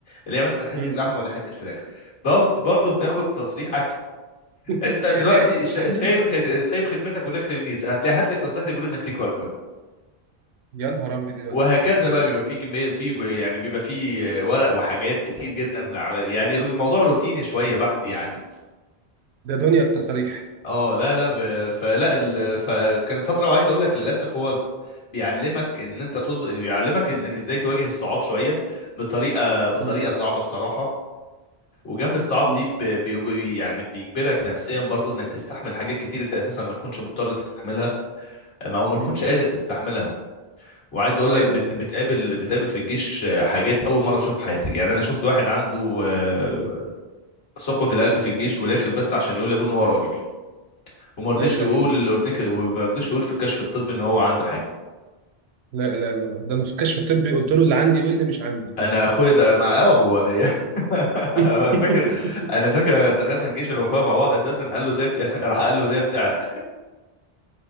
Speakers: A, on the left; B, on the right.
A: اللي هي مثلا حته
B: مم.
A: لحمه ولا حته فراخ برضه برضه بتاخد تصريح اكل
B: <laughs>
A: انت دلوقتي
B: حته
A: شا-
B: لحمه
A: شايل خد... سايب خدمتك وداخل الميز هتلاقي هات لي التصريح اللي بيقول انك ليك وجبه
B: يا نهار ابيض
A: وهكذا بقى بيبقى فيه كمية في يعني بيبقى فيه ورق وحاجات كتير جدا على يعني رو- الموضوع روتيني شوية بحت يعني
B: ده دنيا التصاريح
A: اه لا لا ب... فلا ال... فكانت فترة وعايز اقول لك للأسف هو بيعلمك ان انت تز... بيعلمك انك ازاي تواجه الصعاب شوية بطريقة بطريقة
B: مم.
A: صعبة الصراحة وجنب الصعاب
B: مم.
A: دي ب... بي... بي- يعني بيجبرك نفسيا برضو انك تستحمل حاجات كتير انت اساسا ما تكونش مضطر تستحملها او ما تكونش
B: مم.
A: قادر تستحملها وعايز اقول
B: ايوه
A: لك بت... بتقابل بتقابل في الجيش حاجات اول مره اشوفها في حياتك يعني انا شفت واحد عنده آه، ثقب في القلب في الجيش وداخل بس عشان يقول لابوه ان هو راجل وما رضيش
B: لا اله
A: يقول
B: الا الله
A: للاورنيك وما رضيش يقول في الكشف الطبي ان هو عنده حاجه
B: لا اله الا الله ده انا في الكشف الطبي قلت له اللي عندي واللي مش عندي
A: انا اخويا ده مع اه هو <laughs>
B: <laughs>
A: أنا فاكر انا فاكر دخلنا الجيش انا واخويا مع بعض اساسا قال له ده <laughs> راح قال له ده بتعرق